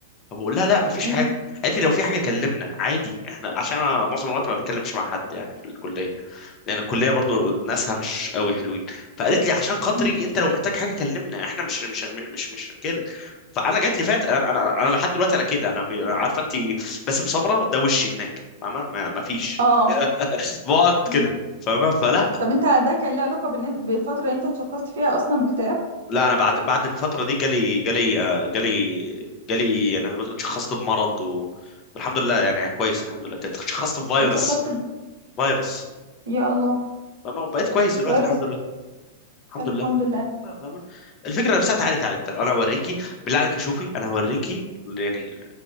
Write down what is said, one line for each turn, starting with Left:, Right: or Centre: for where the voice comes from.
Left: طب بقول لها لا مفيش
Right: امم
Left: حاجه قالت لي لو في حاجه كلمنا عادي احنا عشان انا معظم الوقت ما بتكلمش مع حد يعني في الكليه لان الكليه برضو ناسها مش قوي حلوين فقالت لي عشان خاطري
Right: أمم.
Left: انت لو محتاج حاجه كلمنا احنا مش مش مش مش, مش كده فانا جات لي فات انا انا, أنا لحد دلوقتي انا كده انا بي- عارفه انت باسم سمره ده وشي هناك فاهمه ما ما فيش
Right: اه
Left: بقعد
Right: امم
Left: كده فاهمه فلا
Right: طب انت ده كان له علاقه بالن- بالفتره اللي انت اتشخصت فيها اصلا باكتئاب
Left: لا انا بعد بعد الفتره دي جالي جالي آه، جالي جالي يعني زي ما تقول اتشخصت بمرض و... والحمد لله يعني كويس الحمد لله كده اتشخصت بفيروس
Right: اتشخصت ب...
Left: فيروس
Right: يا الله
Left: فاهمة؟ وبقيت كويس دلوقتي
Right: فيروس
Left: الحمد لله الحمد
Right: طب
Left: لله
Right: الحمد لله
Left: لا، فاهمة الفكره نفسها تعالي تعالي تعالي. انا اوريكي بالله عليك شوفي انا هوريكي يعني